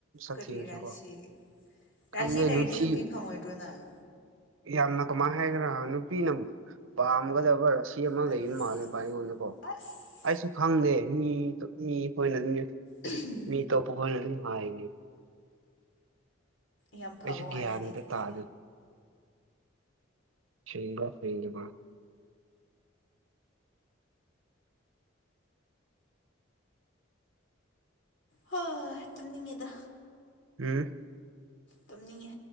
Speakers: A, on the right (about 80°); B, on the left (about 60°).
A: ꯁꯛꯊꯤꯔꯁꯨ
B: ꯀꯔꯤ ꯔꯥꯁꯤ
A: ꯀꯣ
B: ꯔꯥꯁꯤ
A: ꯈꯪꯗꯦ
B: ꯂꯩꯔꯗꯤ
A: ꯅꯨꯄꯤ
B: ꯐꯪꯉꯣꯏꯗ꯭ꯔꯣ ꯅꯪ
A: ꯌꯥꯝꯅ ꯀꯃꯥꯏ ꯍꯥꯏꯒ꯭ꯦꯔꯥ ꯅꯨꯄꯤꯅ ꯄꯥꯝꯒꯗꯕ ꯔꯥꯁꯤ ꯑꯃ
B: ꯑꯁ
A: ꯂꯩꯕꯃꯥꯜꯂꯦ ꯕꯥꯏ ꯑꯩꯉꯣꯟꯗꯀꯣ
B: ꯑꯁ
A: ꯑꯩꯁꯨ ꯈꯪꯗꯦ ꯃꯤꯇꯨ ꯃꯤ ꯐꫭꯟꯗꯅꯦ
B: ꯎꯝ
A: ꯃꯤ ꯇꯣꯄꯍꯣꯅ ꯑꯗꯨ ꯍꯥꯏ
B: ꯌꯥꯝ ꯐꯕ
A: ꯑꯩꯁꯨ
B: ꯋꯥꯅꯤꯅꯦ
A: ꯒ꯭ꯌꯥꯟ ꯑꯃꯇ
B: ꯑꯗꯨꯗꯤ
A: ꯇꯥꯗꯦ ꯁꯦꯡꯕ ꯄꯤꯔꯤꯕ
B: ꯍꯣꯏ ꯇꯨꯝꯅꯤꯡꯉꯤꯗ
A: ꯎꯝ
B: ꯇꯨꯝꯅꯤꯡꯉꯦ